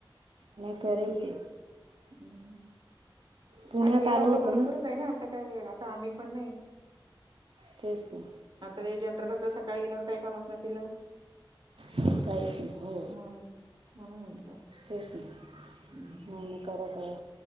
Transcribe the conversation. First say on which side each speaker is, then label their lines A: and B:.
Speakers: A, on the right; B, on the right.
A: नाय करेल
B: हम्म
A: ती
B: हम्म
A: पुण्यात
B: आणि वेळ
A: आलं
B: आता
A: होतं
B: भरपूरच आहे ना आता काही वेळ आम्ही पण नाही
A: तेच ना
B: तर ते जनरट <inaudible> असलं सकाळी गेल्यावर काय काम असणार तिला
A: तहीच नाही हो
B: मग म्हणून म्हटलं
A: तेच नाही <inaudible> <unintelligible>
B: हम्म
A: नाही नाही करा करा